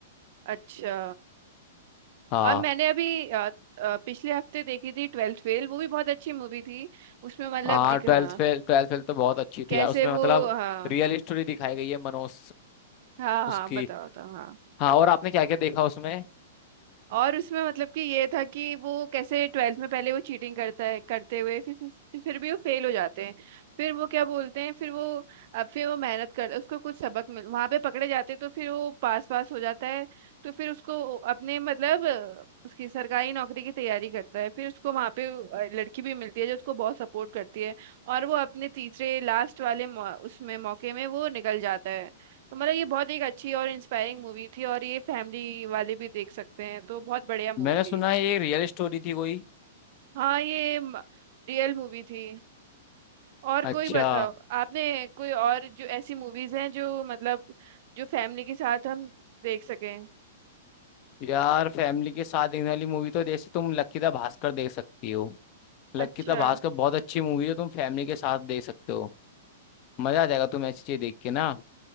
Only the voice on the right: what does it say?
अच्छा
और मैंने अभी अ, अ, पिछले हफ्ते देखी थी ट्वेल्थ फेल वो भी बहुत अच्छी मूवी थी उसमें मतलब
दिख
हाँ
कैसे
वो
हाँ
हाँ हाँ
बताओ बताओ हाँ
और उसमें मतलब कि ये था कि वो कैसे ट्वेल्थ में पहले वो चीटिंग करता है करते हुए फिर फिर फिर भी वो फेल हो जाते हैं फिर वो क्या बोलते हैं फिर वो अब फिर वो मेहनत कर उसको कुछ सबक मिल वहां पे पकड़े जाते हैं तो फिर वो पास पास हो जाता है तो फिर उसको अपने मतलब अ, उसकी सरकारी नौकरी की तैयारी करता है फिर उसको वहां पे अ, लड़की भी मिलती है जो उसको बहुत सपोर्ट करती है और वो अपने तीसरे लास्ट वाले मौ, उसमें मौके में वो निकल जाता है तो मतलब ये बहुत एक अच्छी और इंस्पायरिंग मूवी थी और ये फैमिली वाले भी देख सकते हैं तो बहुत बढ़िया मूवी
थी
हाँ ये रियल मूवी थी और
कोई बताओ आपने कोई और जो ऐसी मूवीज हैं जो मतलब जो फैमिली के साथ हम देख सकें
अच्छा